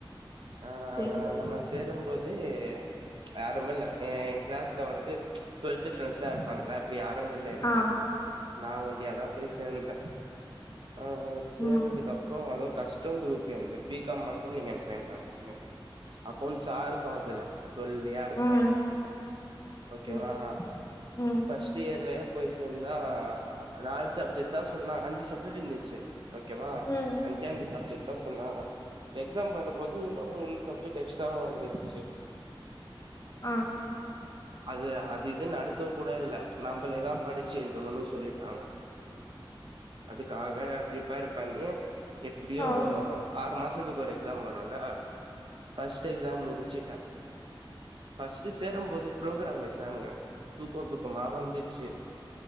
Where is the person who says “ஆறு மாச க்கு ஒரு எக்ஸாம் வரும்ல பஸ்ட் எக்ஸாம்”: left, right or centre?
Right